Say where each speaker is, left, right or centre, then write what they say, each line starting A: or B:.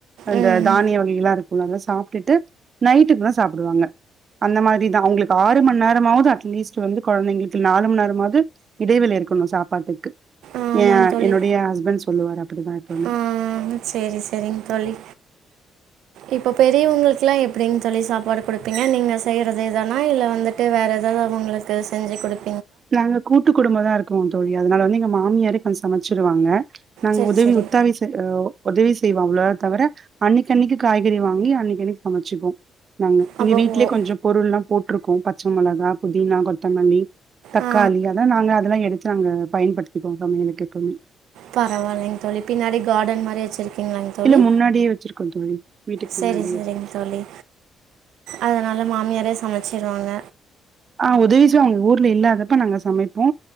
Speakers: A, on the right; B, on the right.
A: அந்த
B: ம்
A: தானிய வகை எல்லாம் இருக்கு உம் அது தான் சாப்பிட்டுட்டு நைட்டுக்கு தான் சாப்படுவாங்க அந்த மாரிதான் அவங்களுக்கு ஆறு மணி நேரமாவது அட்லீஸ்ட் வந்து குழந்தைங்களுக்கு நாலு மணி நேரமாவது இடைவெளி இருக்கணும் சாப்பாட்டுக்கு
B: ஆமாங்க
A: ஏ
B: தோழி
A: என்னுடைய ஹஸ்பண்ட் சொல்லுவரு அப்படிதான் எப்பவுமே
B: ஆ சரி சரிங்க தோழி இப்போ பெரியுவ்ங்களுக்குல்லா எப்டிங்க தோழி சாப்பாடு குடுப்பிங்க நீங்க செய்றதே தானா இல்ல வந்துட்டு வேற ஏதாவ்வது உங்களுக்கு செஞ்சு குடுப்
A: நாங்க கூட்டு குடும்பந்தா இருக் இருக்கோ தோழி அதனால வந்து எங்க மாமியாரே கொஞ்சோ சமச்சிடுவாங்க நாங்க
B: சரி
A: உதவி
B: சரி
A: உத்தாவிச ஒ உதவி செய்வாங்ள தவர அன்னைக்கன்னிக்கு காய்கறி வாங்கி அன்னைக்கன்னிக்கு சமச்சிப்போ நாங்க
B: அப்போ
A: எங்க வீட்லயே
B: ஓ-
A: கொஞ்சோபொருள் லா போட்ருக்கோ கு பச்ச மொலகா புதினா கொத்தமல்லி தக்காளி
B: ஆ
A: அதா நாங்க அதெலா எடுத் ங்க பயன்படுத்திபோ சமியகளுக்கு எப்போமே
B: பரவாலைங்க பின்னாடி கார்டன் மாரி வச்சிருக் ங்களாங்க தோழி
A: இல்ல முன்னாடியே வச்சிருக்கோம் தோழி. வீட்டுக்கு
B: செரி
A: முன்னாடியே
B: செரிங்க
A: இருக்கு.
B: தோலி அதனால மாமியாரே ச சமச்சுருவாங்க
A: ஆ உதவிச்ச உங்க ஊர்ல இல்லாதபோ நாங்க சமைப்போ